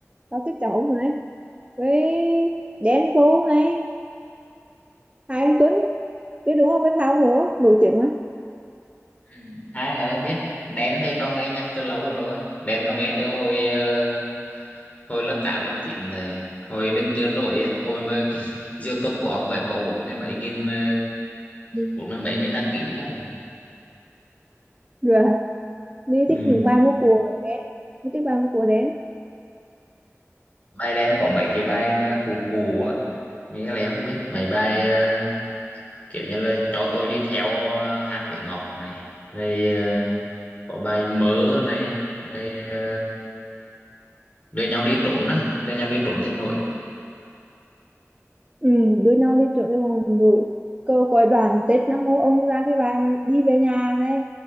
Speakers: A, on the right; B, on the left.
A: nó thích cháu này với Đen Vâu này Hai anh Tuấn biết đúng không với thao nữa nổi tiếng mà
B: Ừ. Hai nữa biết Đen thì tao nghe nhạc từ lâu rồi. Đen tao nghe từ hồi ờ, hồi lớp 8, lớp 9 thầy hồi đứng chưa nổi á, hồi mà cái <laughs> YouTube của ông bé có 47.000 ờ,
A: Ừ.
B: 47.000 đăng ký thôi
A: rồi mình
B: ừ.
A: thích những bài múa của Đen mình thích bài múa của Đen
B: bài đen có mấy cái bài mà cù cù á mấy cái này không biết mấy bài ờ, kiểu như là cho tôi đi theo ờ, hát vị ngọt này rồi ờ, có bài mớ này rồi ờ, đưa nhau đi trốn á đưa nhau đi trốn thì nổi
A: ừ, đưa nhau đi trượt đi vòng đùi câu coi đoàn Tết năm mô ông ra cái bài mà đi về nhà này